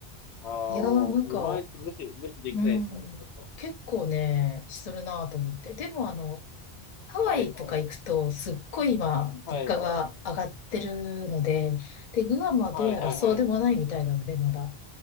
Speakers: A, on the left; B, on the left.
A: ああ、
B: いやー、
A: もう、
B: なんか、
A: 2万円って無視、無視できないですね。
B: うん、
A: ちょっと。
B: 結構ね、するなぁと思って。でも、あの、ハワイとか行くと、
A: はい、
B: すっごい今、
A: はい、
B: 物価が上がってるので、
A: は
B: で、グアムはどうやらそうでもないみたいなので、
A: い、はい、はい。
B: まだ。